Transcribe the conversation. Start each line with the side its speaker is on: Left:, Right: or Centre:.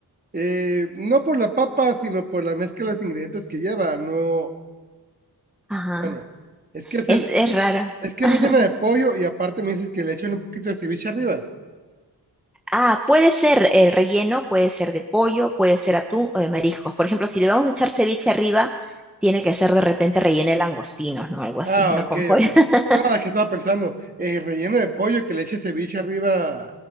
Right: Eh, no por la papa, sino por la mezcla de los ingredientes que lleva. No,
Centre: ajá,
Right: bueno, es que es
Centre: es,
Right: el,
Centre: es raro.
Right: es que
Centre: <laughs>
Right: es rellena de pollo y aparte me dices que le echan un poquito de ceviche arriba.
Centre: Ah, puede ser el relleno, puede ser de pollo, puede ser atún o de mariscos. Por ejemplo, si le vamos a echar ceviche arriba, tiene que ser de repente relleno de langostinos, ¿no? Algo así,
Right: Ah,
Centre: no
Right: ok,
Centre: con pollo.
Right: ok.
Centre: <laughs>
Right: Nada, que estaba pensando, eh, relleno de pollo que le eche ceviche arriba